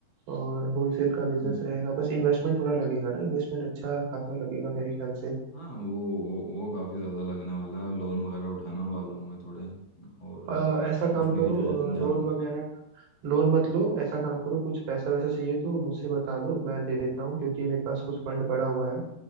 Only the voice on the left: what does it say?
हम्म
हाँ वो वो वो काफ़ी ज़्यादा लगने वाला है लोन वगैरह उठाना वाला हूँ मैं थोड़े और
कुछ
मेरी जो जा